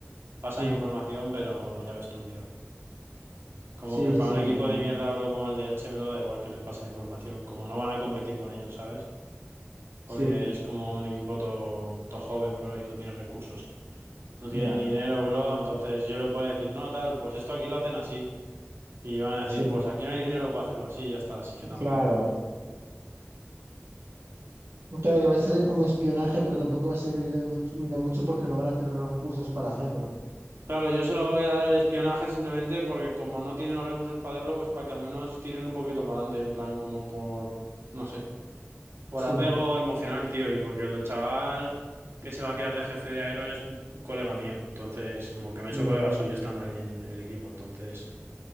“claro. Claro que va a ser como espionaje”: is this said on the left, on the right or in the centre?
Right